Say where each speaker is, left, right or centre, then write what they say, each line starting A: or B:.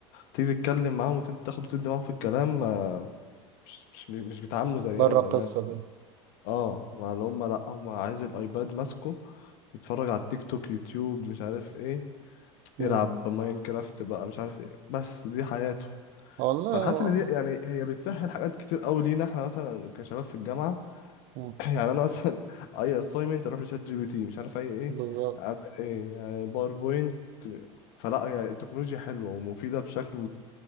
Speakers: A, on the left (about 60°); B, on the right (about 55°).
A: تيجي تتكلم معاهم وتاخد وتدي معاهم في الكلام ما مش مش مش بيتعاملوا زينا
B: بره
A: زمان
B: القصة دي
A: اه ما اللي هم لأ هم عايز الأيباد ماسكه يتفرج على التيك توك يوتيوب مش عارف ايه
B: مم.
A: يلعب ماينكرافت بقى مش عارف ايه بس دي حياته
B: والله
A: فانا
B: هو-
A: حاسس ان دي يعني هي بتسهل حاجات كتير قوي لينا احنا مثلا كشباب في الجامعه <laughs>
B: مم.
A: يعني انا مثلا <laughs> اي اساينمنت اروح لشات جي بي تي مش عارف اي ايه
B: بالظبط
A: اعمل ايه باوربوينت فلا هي التكنولوجيا حلوه ومفيده بشكل